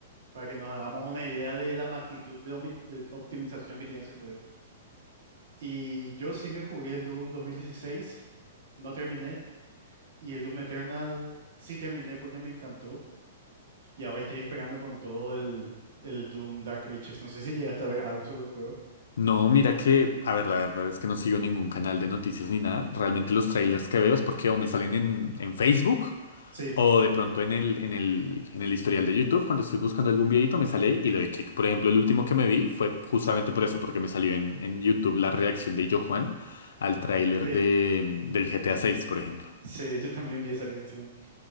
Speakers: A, on the right; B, on the left.
A: para que nos hagamos una idea de la magnitud de, omi- de optimización que tiene ese juego. Y yo sí me jugué el Doom dos mil dieciséis, no terminé, y el Doom Eternal sí terminé porque me encantó, y ahora estoy esperando con todo el, el Doom Dark Ages. No sé si llegaste a ver algo sobre el juego.
B: No, mira que, a ver, la verdad es que no sigo ningún canal de noticias ni nada. Realmente los trailers que veo es porque o me salen en, en Facebook
A: Sí,
B: o de pronto en el, en el, en el historial de YouTube. Cuando estoy buscando algún videito me sale ahí y le doy clic. Por ejemplo, el último que me vi fue justamente por eso, porque me salió en, en YouTube la reacción de Yo Juan al tráiler
A: sí,
B: de, del GTA 6, por ejemplo.
A: sí, yo también vi esa reacción.